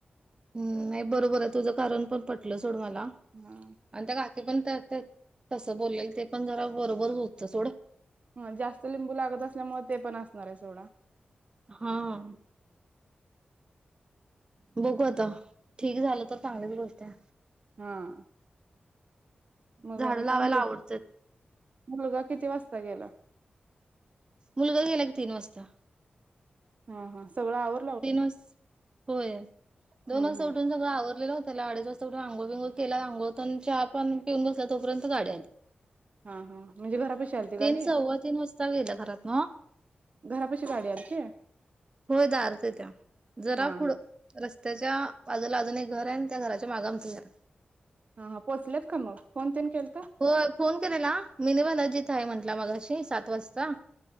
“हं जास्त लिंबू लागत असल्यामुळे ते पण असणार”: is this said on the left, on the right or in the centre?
Right